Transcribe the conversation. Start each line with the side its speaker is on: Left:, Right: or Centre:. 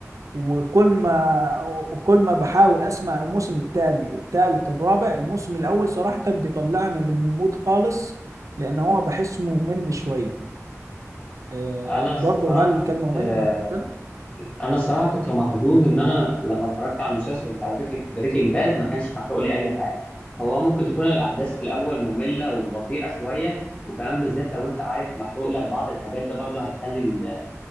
Right: وكل ما وكل ما بحاول اسمع الموسم الثاني الثالث الرابع الموسم الاول صراحه بيطلعني من المود خالص لان هو بحسه ممل شويه آه
Left: أنا
Right: برضه
Left: الصراحة
Right: هل
Left: كنت
Right: كان ممل
Left: آه،
Right: بالنسبه لك
Left: انا الصراحه كنت محظوظ ان انا لما اتفرجت على المسلسل بتاع بريكنج باد ما كانش محروق لي اي حاجه هو ممكن تكون الاحداث في الاول ممله وبطيئه شويه وكمان بالذات لو انت عارف محروق لك بعض الحاجات ده برضه هيخلي ال-